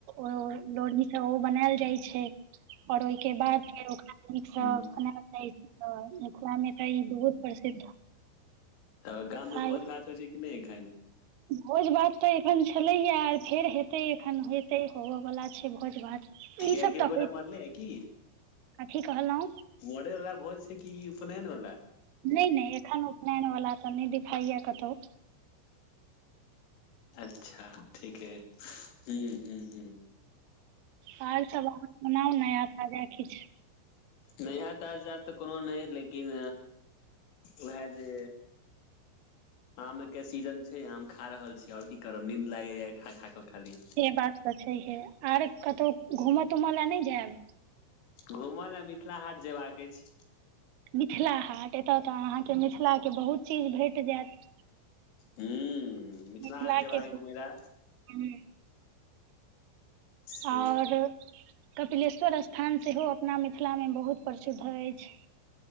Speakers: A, on the right (about 70°); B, on the left (about 90°).
A: ओलोढ़ीसँ ओ बनायल जाइ छै आर ओइ के बाद फेर ओकरा नीक सब
B: हुं
A: बना मिथिला मे तऽ ई बहुत प्रसिद्ध
B: तऽ गाममे
A: आइ
B: भोज भात होइ छै कि नहि एखन
A: भोज भात तऽ एखन छेलैए आ फेर हेतै एखन हेतै होबयबला छै भोज भात
B: कियाकि
A: ई सब
B: कियो
A: तऽ
B: गोटा
A: होइत
B: मरले य कि
A: कथी कहलौं
B: मरे बला भोज ई कि उपनैनवाला
A: ने ने एखन उपनयन वाला तऽ नै देखाइया कतहु
B: अच्छा ठीके हूं हूं हूं
A: आर सब अहाँ सुनाउ नया ताजा किछु
B: नइ हतास जात तऽ कोनो नइ लेकिन उएह जे आमे के सीजन छय है हम खा रहल छी आओर की करब नींन्द लागैया खा खाकऽ खाली
A: से बात तऽ छैहे आर कतौ घूमऽ तूम लए नइ जायब
B: घूमल लय मिथिला हाट जेबाक अछि
A: मिथिला हाट एतय तऽ अहाँके मिथिलाके बहुत चीज भेट जैत
B: ह मिथिला
A: मिथिलाके
B: हाट जेबाक घुमै लऽ
A: हूँ
B: से
A: और कपिलेश्वर स्थान सेहो अपना में मिथिला में बहुत प्रसिद्ध अछि